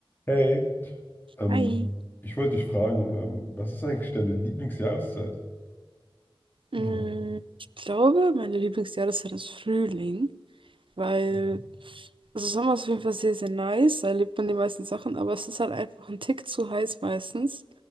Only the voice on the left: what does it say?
Hey, ähm,
ich wollte dich fragen, ähm, was ist eigentlich deine Lieblingsjahreszeit
und warum?
Mhm.